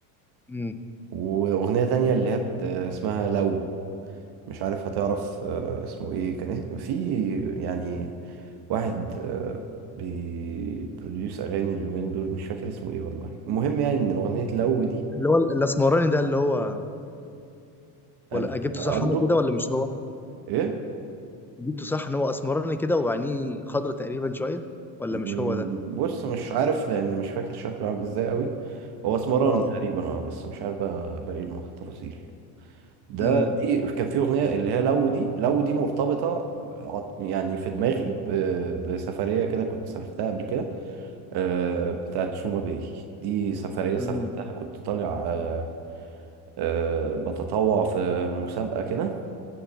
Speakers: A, in the centre; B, on the right (about 55°).
A: م.
B: واغنيه تانية اللي هي بت- آه، اسمها لو مش عارف هتعرف آه، اسمه ايه كان اس- في يعني واحد آه، بيبروديوس اغاني اليومين دول مش فاكر اسمه ايه والله المهم يعني ان اغنيه لو دي
A: اللي هو الاسمراني ده اللي هو
B: يعني
A: ولا جبته صح
B: الدو
A: انا كده ولا مش هو
B: ايه
A: جبته صح ان هو اسمراني كده وعينيه خضرة تقريبا شويه ولا
B: مم،
A: مش هو ده
B: بص مش عارف لان مش فاكر شكله عامل ازاي قوي هو اسمراني
A: اه
B: تقريبا اه بس مش عارف بقى باقي التفاصيل ده
A: م-
B: دي كان في اغنيه اللي هي لو دي لو دي مرتبطه عط- يعني في دماغي ب- بسفريه كده كنت سافرتها قبل كده آه، بتاعت سوما باي دي سفريه سافرتها
A: م-
B: كنت طالع آه، آه، بتطوع في مسابقه كده